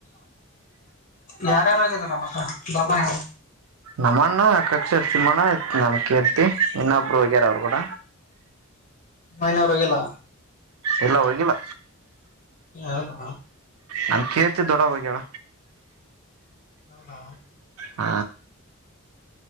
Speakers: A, on the left (about 40°); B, on the right (about 80°).
A: ಯಾರ್ಯಾರುಾಗಿದಾರಮ್ಮಕ್ಕ ದಖಾನ
B: ನಮ್ಮಣ್ಣ ಅಕಕ್ಷ ಇರ್ ತಿಮ್ಮಣ್ಣ ನಮ ಕಿ ಇರ್ತಿ ಇನ್ನೊಬ್ರು ಹೋಗ್ಯಾರ ಅವರು ಕೂಡ
A: ಮನವರಗೆಲ್ಲ
B: ಎಲ್ಲ ಹೋಗಿಲ್ಲ
A: ಹೌದಾ
B: ನಮ ಕೇರ್ತ ದೊಡ ಹೋಗಳ
A: ಹೌದಾ
B: ಹ